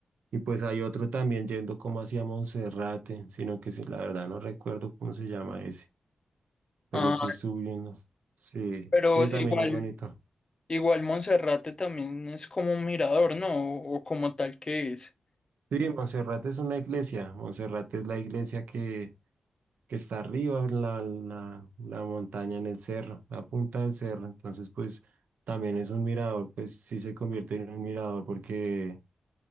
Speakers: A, on the right; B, on the left.
A: Y pues hay otro también yendo como hacia Monserrate, sino que sí, la verdad no recuerdo cómo se llama ese, pero
B: Ah,
A: sí es subiendo. Sí,
B: pero
A: sí, también
B: igual,
A: es bonito.
B: igual Monserrate también es como un mirador, ¿no? O, o como tal que es.
A: Sí, Monserrate es una iglesia. Monserrate es la iglesia que, que está arriba, en la, la, la montaña en el cerro, la punta del cerro. Entonces, pues también es un mirador, pues sí se convierte en un mirador porque